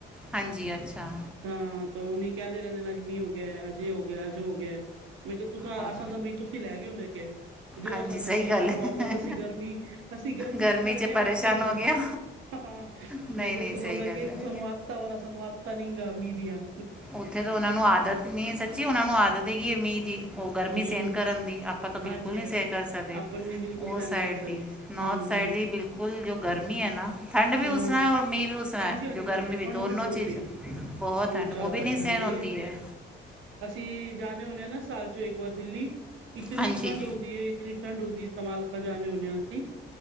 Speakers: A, in the centre; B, on the right.
A: ਹਾਂਜੀ, ਅੱਛਾ
B: ਤਾਂ ਉਹਨ ਕਹਿੰਦੇ ਰਹਿੰਦੇ ਨੇ ਅੱਜ ਮੀਂਹ ਹੋ ਗਿਆ, ਅਜੇ ਹੋ ਗਿਆ, ਅਜ ਹੋ ਗਿਆ। ਮੈਂ ਕਿਹਾ ਤੁਸਾਂ,
A: ਔਰ
B: ਅਸਾਂ ਦਾ ਮੀਂਹ ਤੁਸੀਂ ਲੈ ਗਏ ਮੈਂ ਕਿਹਾ। ਦਿਓ
A: ਹਾਂਜੀ
B: ਅਸਾਂ ਦਾ
A: ਸਹੀ
B: ਮੀਂਹ
A: ਗੱਲ
B: ਅਸਾਂ ਨੂੰ
A: ਹੈ
B: ਵਾਪਸ, ਅਸੀਂ ਗਰਮੀਂ ਗਰਮੀਂ
A: ਗਰਮੀ
B: ਚੱ ਮਰ
A: 'ਚ
B: ਗਿਆ
A: ਪਰੇਸ਼ਾਨ
B: ਮੈਂ ਕਿਹਾ ਇਧਰ,
A: ਹੋ ਗਿਆ
B: ਹਾਂ
A: ਨਹੀਂ
B: ਮੈਂ ਕਿਹਾ
A: ਨਹੀਂ
B: ਤੁਸਾਂ
A: ਸਹੀ
B: ਦਾ
A: ਗੱਲ
B: ਕੀ ਏ
A: ਹੈ
B: ਤੁਸਾਂ ਨੂੰ ਪੱਤਾ ਵਾ ਨਾ ਸਾਨੂੰ ਅੱਤਾ ਨਿੰਗਾ ਮੀਅ ਦੀਆ।
A: ਉੱਥੇ ਤਾਂ ਉਹਨਾਂ ਨੂੰ ਆਦਤ ਨੀ ਸੱਚੀ ਉਹਨਾਂ ਨੂੰ ਆਦਤ ਹੈਗੀ ਮੀਂਹ ਦੀ, ਉਹ ਗਰਮੀਂ
B: ਹੂੰ
A: ਸਹਿਣ ਕਰਨ ਦੀ ਆਪਾਂ ਤਾਂ
B: ਹਾਂਜੀ
A: ਬਿਲਕੁੱਲ ਨਹੀਂ ਸਹਿ ਕਰ ਸਕਦੇ,
B: ਆਪਨ ਨੀ ਬਿਲਕੁਲ
A: ਉਸ
B: ਸਹਿਣ
A: ਸਾਈਡ
B: ਕਰ ਸਕ
A: ਦੀ ਨੋੌਰਥ
B: ਹੂੰ
A: ਸਾਈਡ
B: ਹੂੰ
A: ਦੀ ਬਿਲਕੁੱਲ ਕੁਲ ਜੋ ਗਰਮੀ ਐ ਨਾ, ਠੰਡ ਵੀ
B: ਹਾਂ
A: ਉਸ ਤਰਾਂ ਐ ਔਰ ਮੀਂਹ ਵੀ ਉਸ ਤਰਾਂ
B: ਹਾਂਜੀ
A: ਐ
B: ਹਾਂਜੀ
A: ਜੋ ਗਰਮੀ
B: ਹਾਂਜੀ
A: ਵੀ
B: ਠੰਡ
A: ਦੋਨੋ
B: ਬਹੁਤ
A: ਚੀਜ਼ਾ
B: ਏ
A: ਬਹੁਤ ਠੰਡ
B: ਜ਼ਿਆਦਾ
A: ਉਹ ਵੀ ਨਹੀਂ
B: ਠੰਡ
A: ਸਹਿਣ
B: ਏ
A: ਹੁੰਦੀ ਐ।
B: ਅਸੀਂ ਜਾਦੇ ਹੁੰਦੇ ਹਾਂ ਨਾ ਸਾਲ ਚੋਂ ਇੱਕ ਵਾਰ ਦਿੱਲੀ, ਇਤਨੀ
A: ਹਾਂਜੀ
B: ਠੰਡ ਹੁੰਦੀ ਐ ਇਤਨੀ ਠੰਡ ਹੁੰਦੀ ਸਮਾਲਖਾਂ ਜਾਨੇ ਹੁੰਦੇ ਆ ਅਸੀ,